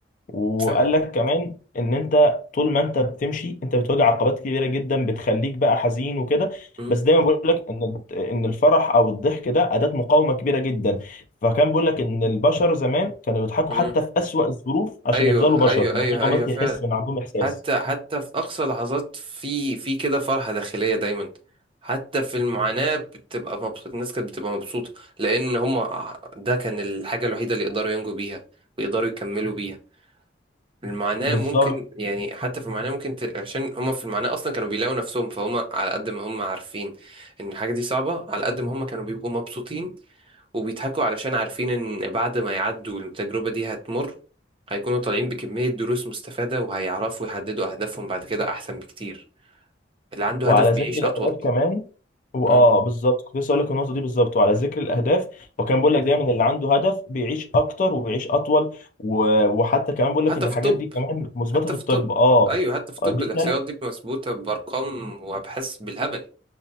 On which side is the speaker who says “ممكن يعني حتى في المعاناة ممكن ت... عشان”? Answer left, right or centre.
Right